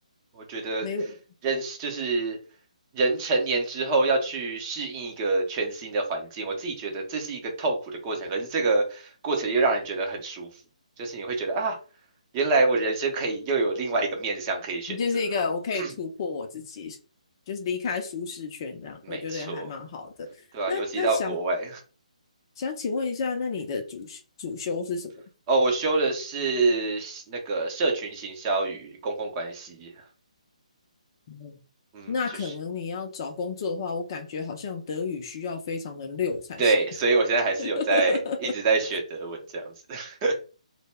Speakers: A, on the right (about 25°); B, on the left (about 35°).
A: 我觉得
B: 没有。
A: 人就是人成年之后要去适应一个全新的环境，我自己觉得这是一个痛苦的过程，可是这个过程又让人觉得很舒服，就是你会觉得啊，原来我人生可以又有另外一个面向可以选择，
B: 就是一个我可以突破我自己，
A: <clears throat>
B: 就是离开舒适圈这样，
A: 没错，
B: 我觉得还蛮好的。
A: 对吧、
B: 那那想
A: 尤其到国外，
B: 想请问一下，那你的主修主修是什么？
A: <laughs> 哦，我修的是那个社群行销与公共关系，
B: 嗯那可能你要找工作的话，
A: 嗯，就是
B: 我感觉好像德语需要非常的溜才行。
A: 对，所以我现在还是有在一直在学德文这样子，
B: <laughs>
A: <laughs>